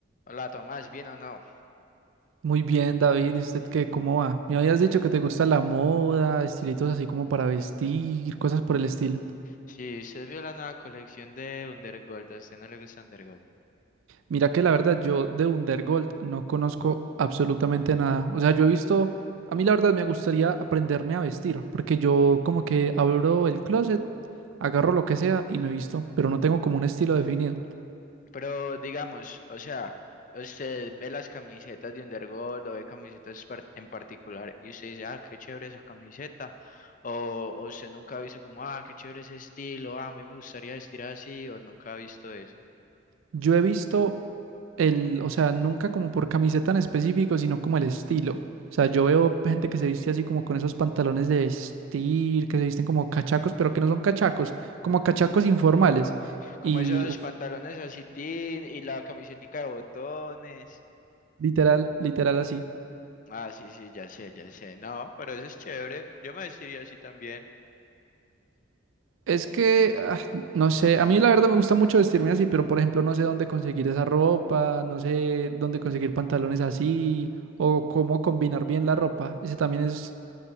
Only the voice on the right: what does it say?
Muy bien, David. ¿Y usted qué? ¿Cómo va? Me
habías dicho que te gusta la moda, estilitos así como para vestir, cosas por el estilo.
Mira que la verdad yo de Undergold no conozco absolutamente nada. O sea, yo he visto, a mí la verdad me gustaría aprenderme a vestir, porque yo como que abro el closet, agarro lo que sea y me visto, pero no tengo como un estilo definido.
Yo he visto el, o sea, nunca como por camiseta en específico, sino como el estilo. O sea, yo veo gente que se viste así como con esos pantalones de vestir, que se visten como cachacos, pero que no son cachacos, como cachacos informales.
Y
uf,
literal, literal así.
Es que, ah, no sé, a mí la verdad me gusta mucho vestirme así, pero por ejemplo no sé dónde conseguir esa ropa, no sé dónde conseguir pantalones así, o cómo combinar bien la ropa. Ese también es